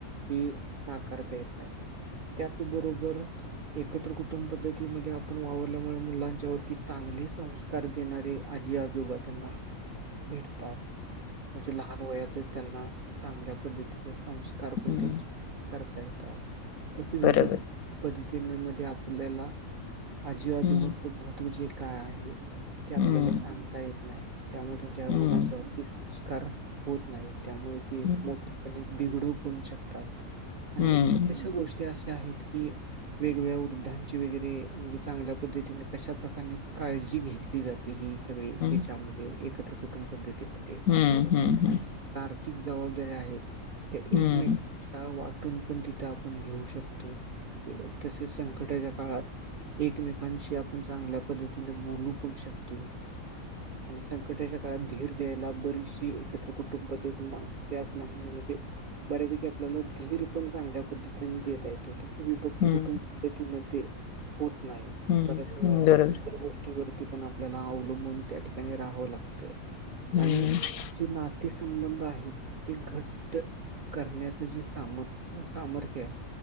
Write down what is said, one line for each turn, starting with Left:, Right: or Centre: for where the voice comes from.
Right: ही नाकारता येत नाय. त्याच बरोबर एकत्र कुटुंब पद्ध तीमध्ये आपण वावरल्यामुळे मुलांच्या वरती चांगले संस्कार देणारे आजी आजोबा त्यांना भेटतात म्हणजे लहान वयातच त्यांना चांगल्या पद्धतीचे संस् कार पण
Left: हम्म
Right: त्यांच्या करता येतात तसं विभक्
Left: बरोबर
Right: पद्धतीन मध्ये आपल्याला आजी-आजोबांच
Left: हं,
Right: महत्त्व जे काय आहे ते आपल्याला
Left: हं,
Right: सांगता येत नाही त्यामुळे त्यांच्या
Left: हं,
Right: मुलांच्या वरती सन स्कार होत नाही त्यामुळे ते
Left: हं,
Right: मोठेपणी बिगडू पण शकतात. आणि
Left: हं,
Right: बराचश्या गोष्टी अशे आहेत की वेगवेगळ्या वृद्धांच् चे वगैरे म्हणजे चांगल्या पद्धतीने कशा प्रकार ने काळजी घेतली जाते ही सगळी
Left: हं,
Right: ह्याच्यामध्ये एकत्र कुटुंब पद्धतीलं ते
Left: हं, हं,
Right: आणि
Left: हं,
Right: आर्थिक जबाबदारीया आहे ते
Left: हं.
Right: एकमेका वाटून पण तिथं आपण घेऊ शकतो. ये तसेच संकटाच्या काळात, एकमेकांशी आपण चांगल्या पद्धतीने बोलू पण शकतो. आणि संकटाच्या काळात धीर द्यायला बरीचशी एकत्र कुटुंब पद्धती असल्यामुळे म्हणजे बऱ्यापैकी आपल्याला धीर पण चांगल्या पद्धतीने देता येतो. तस विभक्त
Left: हं,
Right: कुटुंब पद्धती मध्ये होत नाही,
Left: हं,
Right: बऱ्याच वेळा
Left: बरोबर.
Right: इतर गोष्टी वरती पण आपल्याला अवलंबून त्या ठिकाणी राहावं लागतय,
Left: हं,
Right: आणि जी नाती संबंध आहेत ती घट्ट करण्याचे जे सामथ- सामर्थ्य आहे